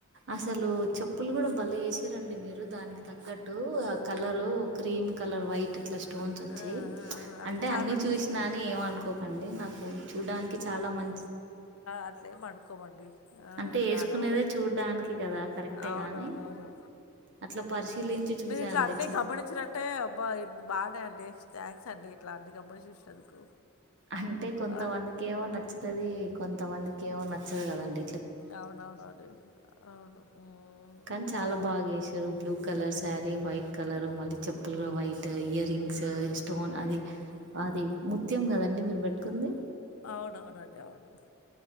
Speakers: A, on the right; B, on the left.
A: అసలు చెప్పులు కూడా బల వేసిరండి మీరు దానికి తగ్గట్టు ఆ కలర్ క్రీమ్ కలర్ వైట్ ఇట్లా స్టోన్స్ వచ్చి
B: ఆ, ఆ, ఆ, అక్క
A: అంటే
B: చార్మినార్
A: అన్ని చూసినాని
B: తీసుకున్నాం
A: ఏమ అనుకోకండి నాకు చూడ్డానికి చాలా మంచి
B: అట్లేం అనుకోమండి ఆ
A: అంటే
B: ఇ
A: ఏసుకునేదే
B: ఆడవాళ్ళట్
A: చూడ్డానికి గదా! కరెక్టే
B: అవునవునవును
A: గానీ అట్లా పరిశీలించి చూసానండి.
B: మీరు ఇట్లా అన్నిీ
A: చ
B: గమనించినంటే అబ్బా బాగానే అండి థ్యాంక్స్ అండి ఇట్లా అన్ని గమనించి చూసినందుకు
A: అంటే కొంతమందికి
B: ఆ
A: ఏమో నచ్చుతుది కొంతమందికి ఏమో నచ్చదు కదండి
B: అవునవున అడి అవును మ్మ్
A: కానీ చాలా బాగా చేసిర్రు blue colour sari white colour మళ్ళీ చెప్పులు వైఫ్ ఇయర్ రింగ్స్ స్టోన్ అది అది ముత్యం కదండి మీరు పెట్టుకుంది
B: అవునవునండి అవును